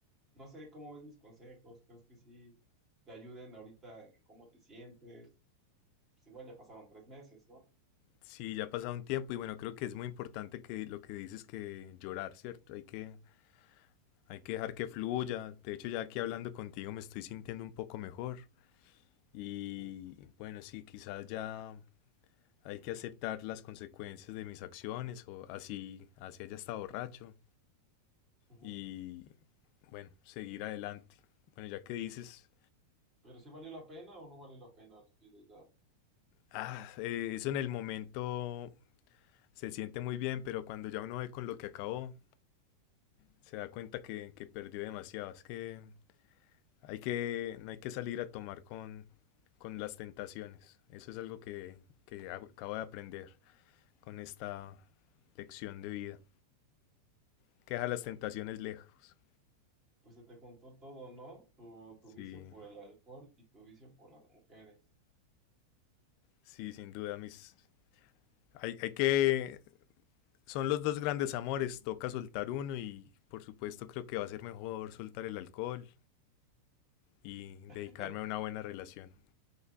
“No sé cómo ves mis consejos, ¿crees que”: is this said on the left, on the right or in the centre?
Right